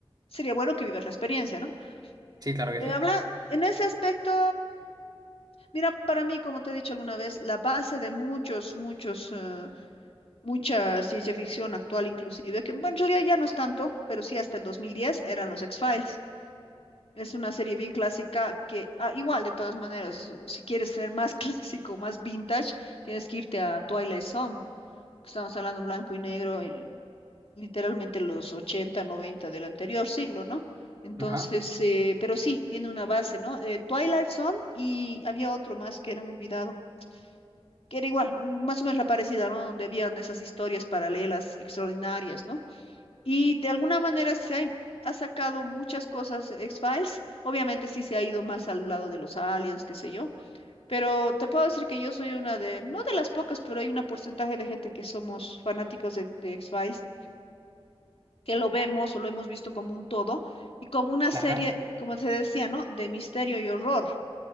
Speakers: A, on the left; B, on the right.
A: sería bueno que vivas la experiencia, ¿no?
B: sí, claro que
A: Eh,
B: sí.
A: habla, en ese aspecto. Mira, para mí, como te he dicho alguna vez, la base de muchos, muchos, eh, mucha ciencia ficción actual inclusive, que bueno, en realidad ya no es tanto, pero sí hasta el 2010 eran los X-Files. Es una serie bien clásica que, ah, igual, de todas maneras, si quieres ser más <laughs> clásico, más vintage, tienes que irte a Twilight Zone, que estamos hablando blanco y negro, eh, literalmente los 80, 90 del anterior siglo, ¿no? Entonces,
B: Ajá,
A: eh, pero sí, tiene una base, ¿no? Eh, Twilight Zone y había otro más que era, me he olvidado que era igual, un- más o menos la parecida, ¿no? Donde habían esas historias paralelas extraordinarias, ¿no? Y de alguna manera se ha, ha sacado muchas cosas X-Files, obviamente sí se ha ido más al lado de los aliens, qué sé yo, pero te puedo decir que yo soy una de, no de las pocas, pero hay un porcentaje de gente que somos fanáticos de, de X-Files. que lo vemos o lo hemos visto como un todo y como una serie,
B: ajá,
A: como se decía, ¿no? De misterio y horror